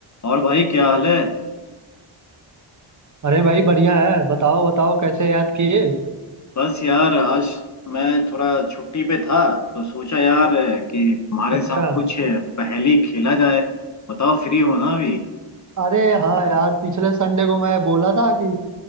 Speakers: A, on the left; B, on the right.
A: और भाई क्या हाल है
B: अरे भाई बढ़िया है बताओ बताओ कैसे याद किए
A: बस यार आज मैं थोड़ा छुट्टी पे था तो सोचा यार कि तुम्हारे
B: अच्छा
A: साथ कुछ पहेली खेला जाए बताओ फ्री हो ना अभी
B: अरे हाँ यार पिछले संडे को मैं बोला था कि